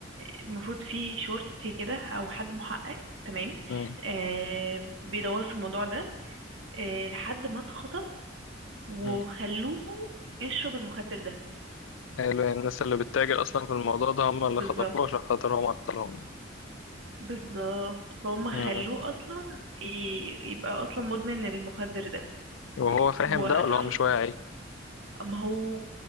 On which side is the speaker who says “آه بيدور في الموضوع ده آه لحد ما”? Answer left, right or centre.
Right